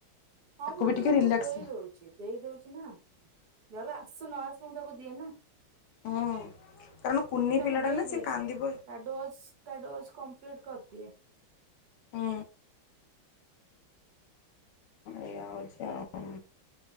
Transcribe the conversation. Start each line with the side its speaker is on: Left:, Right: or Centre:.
Right: ହଁ ମୁଁ
Left: ବି
Right: ତ
Left: ଟିକେ
Right: ତାକୁ
Left: ରିଲାକ୍ସ
Right: ଦେଇ ଦଉଛି, ଦେଇ ଦଉଛି ନା। ଜର ଆସୁ ନ ଆସୁ, ମୁଁ ତାକୁ ଦିଏ ନା।
Left: ହଁ କାରଣ କୁନି
Right: ମୁଁ ତାକୁ
Left: ପିଲାଟା
Right: ଦେଇଦିଏ।
Left: ନା ସେ କାନ୍ଦିବ।
Right: ତା ଡୋଜ୍‌ ତା ଡୋଜ୍‌ କମ୍ପ୍ଲିଟ କରିଦିଏ।
Left: ହୁଁ। ଏଇଆ ହଉଚି ଆଉ।